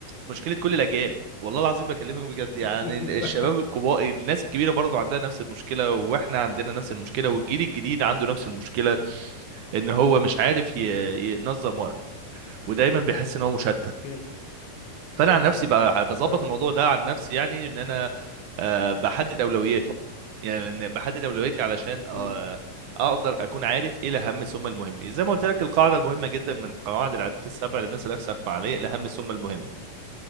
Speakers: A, on the right; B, on the left.
A: مشكله كل الاجيال والله العظيم بكلمك بجد يعني
B: <laughs>
A: الشباب الكبار الناس الكبيره برضو عندها نفس المشكله واحنا عندنا نفس المشكله والجيل الجديد عنده نفس المشكله ان هو مش عارف
B: مم.
A: ي- ينظم وقته ودايما بيحس ان هو مشتت
B: مم.
A: فانا عن نفسي ب- بظبط
B: آه.
A: الموضوع ده عن نفسي يعني ان انا آه، بحدد اولوياتي يعني إن بحدد اولوياتي علشان آه،
B: مم.
A: اقدر اكون عارف ايه الاهم ثم المهم زي ما قلت لك القاعده المهمه جدا من قواعد العادات السبع للناس الاكثر فعاليه الاهم ثم المهم